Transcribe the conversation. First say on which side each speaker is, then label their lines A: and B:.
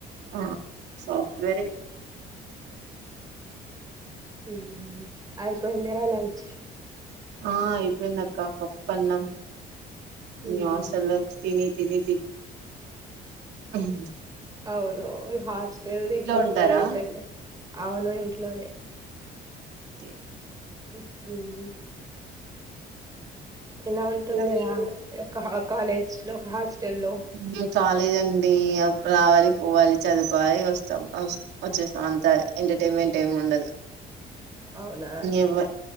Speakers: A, on the right; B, on the right.
A: ఆ, సాఫ్ట్వేరె ఇగ.
B: ఉమ్ అయిపోయిందరా లంచ్?
A: ఆ అయిపోయిందక్కా పప్పన్నం. ఇగ
B: ఉమ్
A: హాస్టళ్ల తిని తిని <unintelligible> ఓకే
B: అవును హాస్టల్ ఇప్పుడు
A: ఉంటారా
B: <inaudible> అవును ననే
A: ఓకే
B: ఉమ్ ఇలా ఉంటుందిరా
A: ఎలా వెళ్తుంది
B: కాలేజ్ లో హాస్టల్ లో
A: నా కాలేజ్ అండి రావాలి చదువుకోవాలి వస్తాం వచ్చేస్తామంతా ఎంటర్టైన్మెంట్ ఏమి ఉండదు
B: అవునా
A: ఎవ